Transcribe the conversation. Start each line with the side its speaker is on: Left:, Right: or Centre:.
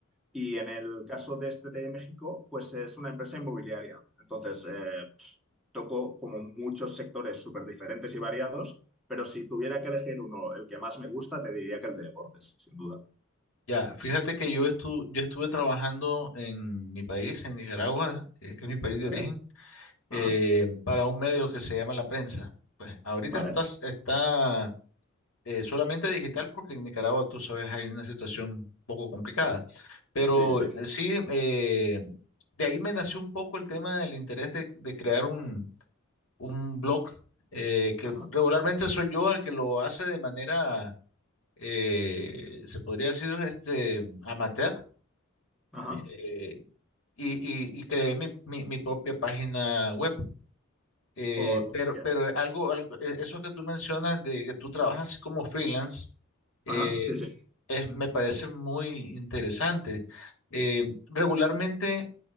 Centre: Y en el caso de este de México, pues es una empresa inmobiliaria. Entonces, eh, pf, toco como muchos sectores súper diferentes y variados, pero si tuviera que elegir uno, el que más me gusta, te diría que el de deportes, sin duda.
Left: Ya, fíjate que yo, estu- yo estuve trabajando en mi país, en Nicaragua, eh, que es mi país de
Centre: ¿Vale?
Left: origen, eh,
Centre: Ajá.
Left: para un medio que se llama La Prensa. Pues ahorita
Centre: ¿Vale?
Left: está, está eh, solamente digital porque en Nicaragua, tú sabes, hay una situación un poco complicada. Pero
Centre: Sí, sí.
Left: eh, sí, eh, de ahí me nació un poco el tema del interés de, de crear un, un blog, eh, que
Centre: Ajá.
Left: regularmente soy yo el que lo hace de manera, eh, se podría decir, este, amateur
Centre: Ajá.
Left: eh, y, y- y creé mi, mi- mi propia página web. Eh,
Centre: O-
Left: pero,
Centre: muy bien.
Left: pero algo, algo- eh, eso que tú mencionas de que tú trabajas como freelance, eh,
Centre: Ajá. Sí, sí.
Left: es, me parece muy interesante. Eh, regularmente,